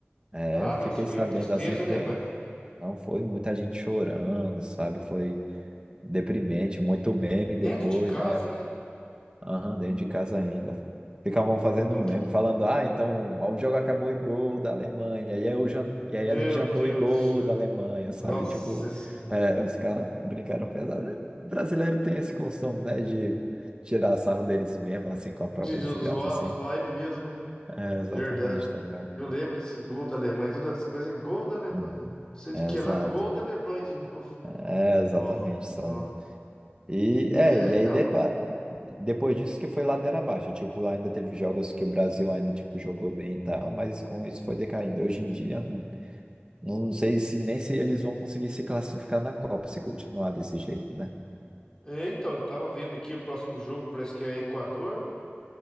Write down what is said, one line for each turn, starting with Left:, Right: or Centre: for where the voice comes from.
Right: É,
Left: Ah,
Right: eu fiquei
Left: mas foi
Right: sabendo
Left: uma tristeza,
Right: assim, eu fiquei.
Left: né, rapaz?
Right: Não foi muita gente chorando, sabe? Foi deprimente, muito meme depois,
Left: Dentro de casa,
Right: né?
Left: né?
Right: Aham, dentro de casa ainda. Ficavam fazendo
Left: Ah, dentro.
Right: meme, falando, ah, então o jogo acabou e gol da Alemanha. E aí, eu jan... e aí
Left: Meu
Right: a gente jantou
Left: Deus
Right: e gol
Left: do céu.
Right: da Alemanha, sabe?
Left: Nossa
Right: Tipo,
Left: Senhora.
Right: é, os caras brincaram pesado. É, Brasileiro tem esse costume, né? De tirar sarro deles mesmo, assim, com a própria
Left: De zo-
Right: desgraça,
Left: zoar,
Right: assim.
Left: zoar ele mesmo, né?
Right: É, exatamente,
Left: Verdade.
Right: tá bom.
Left: Eu lembro desse gol da Alemanha, todas as coisas, é gol da Alemanha.
Right: Hum.
Left: Não sei de
Right: É,
Left: que
Right: exato.
Left: é lá, gol da Alemanha de novo.
Right: É, exatamente,
Left: Nossa.
Right: sabe?
Left: Ó.
Right: E, é,
Left: É,
Right: e
Left: então.
Right: aí depa- depois disso que foi ladeira abaixo. Tipo, ainda teve jogos que o Brasil ainda, tipo, jogou bem e tal, mas com isso foi decaindo. Hoje em dia, hum, não sei se nem se eles vão conseguir se classificar na Copa se continuar desse jeito, né?
Left: É, então, eu tava vendo aqui o próximo jogo, parece que é Equador.